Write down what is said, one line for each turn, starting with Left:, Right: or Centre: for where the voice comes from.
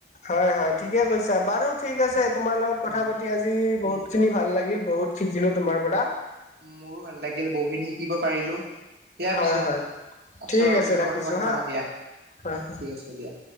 Left: হয় হয় ঠিকে কৈছা বাৰু ঠিক আছে তোমাৰ লগত কথা
Right: উম
Left: পাতি আজি
Right: উম
Left: বহুত খিনি ভাল লাগিল বহুত শিকিলোঁ তোমাৰ পৰা
Right: মোৰো ভাল লাগিল বহুখিনি শিকিব পাৰিলো দিয়া
Left: হয়
Right: পিছে
Left: হয়
Right: ওচৰৰ
Left: ঠিক আছে
Right: কেতিয়াবা
Left: ৰাখিছো
Right: কথা পাতিম
Left: হা
Right: আৰু দিয়া ঠিক
Left: হয়
Right: আছে দিয়া